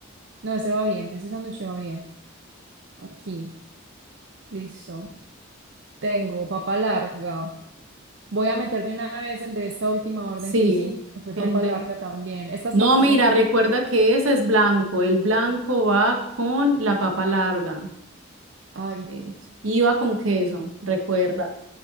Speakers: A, on the right; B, on the right.
A: No, ese va bien, ese sándwich va bien. Aquí, listo. Tengo papa larga. Voy a meter de una vez el de esta última orden
B: Sí,
A: que hicimos, que fue
B: el
A: papa
B: de...
A: larga también. Estas
B: No,
A: papas
B: mira,
A: con...
B: recuerda que ese es blanco. El blanco va con la papa larga.
A: Ay,
B: Eso. Y va con queso, recuerda.